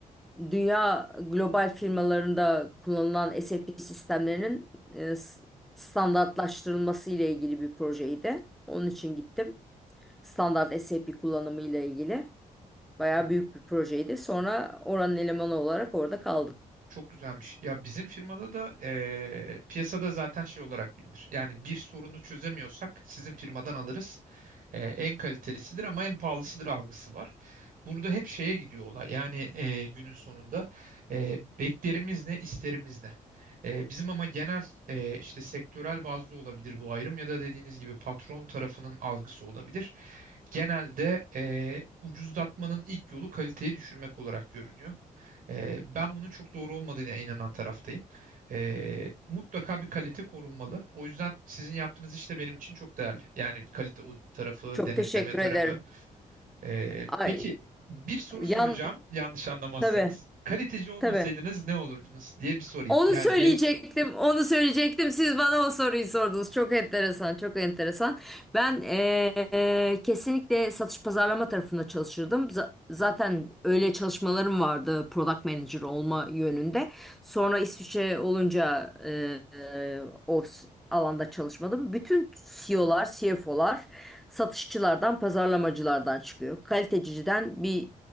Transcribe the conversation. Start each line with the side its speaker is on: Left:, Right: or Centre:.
Centre: dünya global firmalarında kullanılan SAP sistemlerinin e, s- standartlaştırılması ile ilgili bir projeydi. Onun için gittim. Standart SAP kullanımı ile ilgili. Bayağı
Right: <laughs>
Centre: büyük bir projeydi. Sonra oranın elemanı olarak orada kaldım.
Right: Çok güzelmiş. Ya bizim firmada da eee, piyasada zaten şey olarak bilinir. Yani bir sorunu çözemiyorsak sizin firmadan alırız. Eee, en kalitelisidir ama en pahalısıdır algısı var. Burada hep şeye gidiyor olay. Yani eee, günün sonunda eee, beklerimiz ne, isterimiz ne? Eee, bizim ama genel eee, işte sektörel bazlı olabilir bu ayrım ya da dediğiniz gibi patron tarafının algısı olabilir genelde eee, ucuzlatmanın ilk yolu kaliteyi düşürmek olarak görünüyor. Ee, ben bunun çok doğru olmadığına inanan taraftayım. Ee, mutlaka bir kalite korunmalı. O yüzden sizin yaptığınız iş de benim için çok değerli. Yani bir kalite o tarafı,
Centre: Çok
Right: denetleme
Centre: teşekkür
Right: tarafı.
Centre: ederim.
Right: Ee,
Centre: Ay,
Right: peki bir soru
Centre: yan
Right: soracağım, yanlış anlamazsanız.
Centre: tabii
Right: Kaliteci olmasaydınız
Centre: tabii.
Right: ne olurdunuz diye bir sorayım.
Centre: Onu
Right: Yani
Centre: söyleyecektim,
Right: e,
Centre: onu söyleyecektim. Siz bana o soruyu sordunuz. Çok enteresan, çok enteresan. Ben eee, eee, kesinlikle satış pazarlama tarafında çalışırdım. Za- zaten
Right: <laughs>
Centre: öyle çalışmalarım vardı product manager olma yönünde. Sonra İsviçre olunca eee, o alanda çalışmadım. Bütün CEO'lar, CFO'lar satışçılardan, pazarlamacılardan çıkıyor. Kaliteciden bir